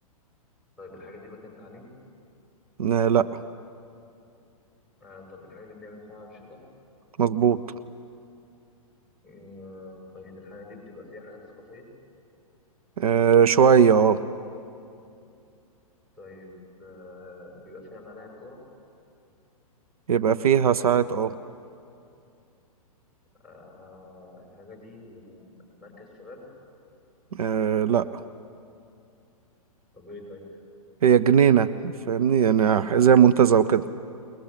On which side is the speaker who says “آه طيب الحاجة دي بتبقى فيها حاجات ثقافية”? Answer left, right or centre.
Centre